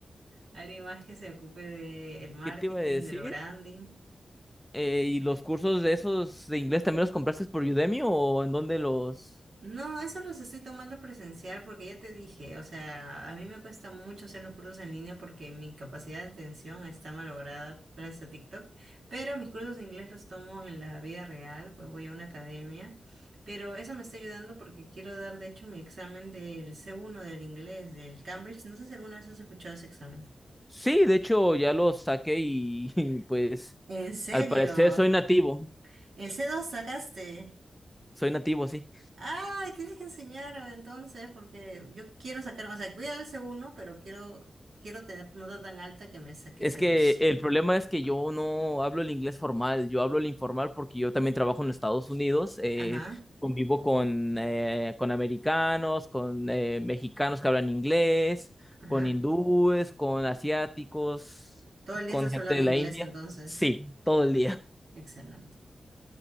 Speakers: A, on the right (about 60°); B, in the centre.
A: alguien más que se ocupe del
B: <laughs>
A: marketing,
B: ¿Qué te iba a decir?
A: del branding.
B: Eh, ¿y los cursos de esos de inglés también los compraste por Udemy o en dónde los...?
A: No, eso los estoy tomando presencial porque ya te dije, o sea, a mí me cuesta mucho hacer los cursos en línea porque mi capacidad de atención está malograda gracias a TikTok, pero mis cursos de inglés los tomo en la vida real, pues voy a una academia, pero eso me está ayudando porque quiero dar de hecho mi examen del c uno del inglés, del Cambridge, no sé si alguna vez has escuchado ese examen.
B: Sí, de hecho ya lo saqué y, <laughs> pues
A: ¿En serio?
B: al parecer soy nativo,
A: ¿El C dos sacaste?
B: soy nativo, sí.
A: Ah, tienes que enseñarme entonces, porque yo quiero sacar, o sea, voy a dar ese uno, pero quiero, quiero tener nota tan alta que me saque
B: Es
A: ese
B: que
A: dos.
B: el problema es que yo no hablo el inglés formal, yo hablo el informal porque yo también trabajo en Estados Unidos, eh,
A: Ajá,
B: convivo con, eh, con americanos, con eh, mexicanos que hablan inglés,
A: ajá.
B: con hindúes, con asiáticos,
A: Todo el día
B: con
A: estás
B: gente
A: hablando
B: de la
A: inglés,
B: India.
A: entonces.
B: Sí, todo el día.
A: Excelente.